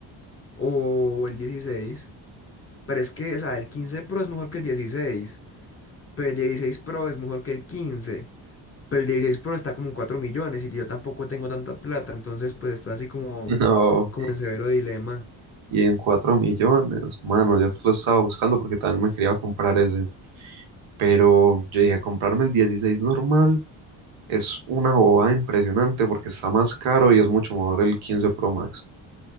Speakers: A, on the left; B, on the right.
A: o el 16. Pero es que, o sea, el 15 Pro es mejor que el 16, pero el 16 Pro es mejor que el 15. Pero el 16 Pro está como en 4 millones y yo tampoco tengo tanta plata, entonces pues está así como,
B: <laughs> No,
A: como en severo dilema,
B: y en cuatro millones, mano, yo lo estaba buscando porque también me quería comprar ese, pero yo dije, comprarme el 16 normal es una bobada impresionante porque está más caro y es mucho mejor el 15 Pro Max.